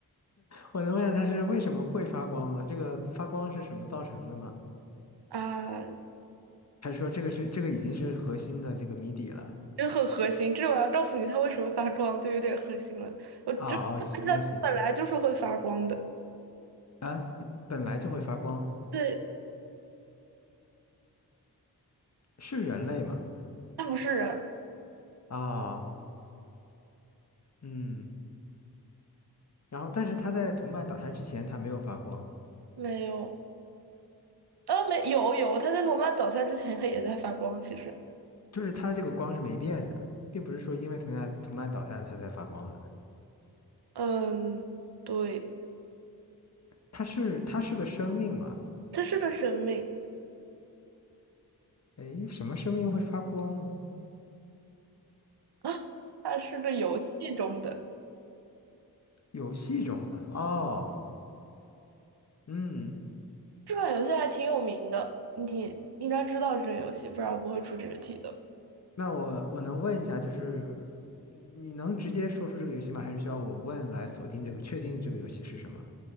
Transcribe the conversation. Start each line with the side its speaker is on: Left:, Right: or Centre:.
Left: 我能问一下它是为什么会发光吗？这个发光是什么造成的吗？
Right: 啊，
Left: 还是说这个是这个已经是核心的这个谜底了？
Right: 真很核心。这我要告诉你它为什么发光，就有点核心了。我真按照本来就是会发光的。
Left: 啊哦，行那行啊，本来就会发光，
Right: 对，
Left: 是人类吗？
Right: 它不是人，
Left: 啊，嗯。然后，但是它在同伴倒下之前，它没有发光，
Right: 没有，呃，没有有，它在我妈倒下之前，它也在发光。其实，
Left: 就是它这个光是没变的，并不是说因为同下同伴倒下了它才发光的。
Right: 嗯，对，
Left: 它是它是个生命嘛？
Right: 它是个生命，
Left: 诶，什么生命会发光？
Right: 啊它是个游戏中的。
Left: 游戏中的哦，嗯，
Right: 这款游戏还挺有名的，你应该知道这个游戏，不然我不会出这个题的。
Left: 那我我能问一下，就是你能直接说出这个游戏吗？还是需要我问来锁定这个，确定这个游戏是什么？